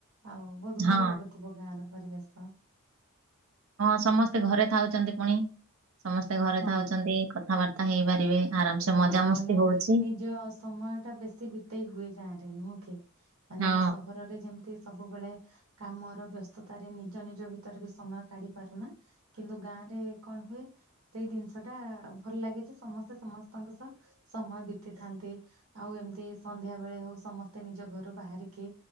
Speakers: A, on the right; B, on the right.
A: ଆଉ ବହୁତ ଭଲ
B: ହଁ
A: ଲାଗୁଥିବ ଗାଁ ର ପରିବେଶ।
B: ହଁ ସମସ୍ତେ ଘରେ ଥାଉଛନ୍ତି ପୁଣି ସମସ୍ତେ ଘରେ
A: ହଁ
B: ଥାଉଛନ୍ତି କଥାବାର୍ତ୍ତା ହେଇପାରିବେ। ଆରାମ ସେ ମଜାମସ୍ତି
A: ହଁ ମାନେ
B: ହଉଛି
A: ନିଜ ସମୟଟା ବେଶୀ ବିତେଇ ହୁଏ ଗାଁ ରେ ନୁହେଁ କି। ମାନେ
B: ହଁ
A: ଆମେ ସହରରେ ଯେମତି। ସବୁବେଳେ କାମର ବ୍ୟସ୍ତତାରେ ନିଜ ନିଜ ଭିତରେ ବି ସମୟ କାଢି ପାରୁନା। କିନ୍ତୁ ଗାଁରେ କଣ ହୁଏ ସେଇ ଦିନିଷ ଟା ଭଲ ଲାଗେଜେ ସମସ୍ତେ ସମସ୍ ତାଙ୍କ ସହ ସମୟ ବିତିଥାନ୍ତି। ଆଉ ଏମିତି ସନ୍ଧ୍ୟା ବେଳେ ହଉ ସମସ୍ତେ ନିଜ ଘରୁ ବାହାରିକି